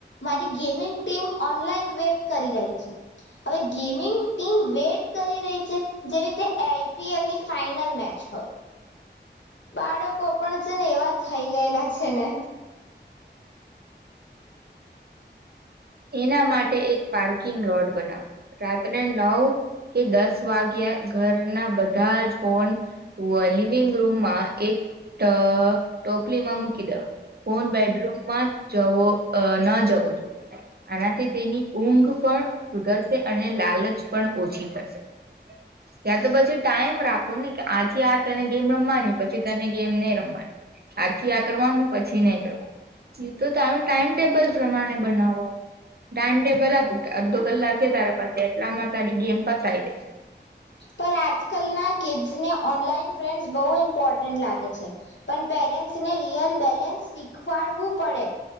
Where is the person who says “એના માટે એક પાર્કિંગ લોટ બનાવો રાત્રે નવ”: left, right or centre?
Right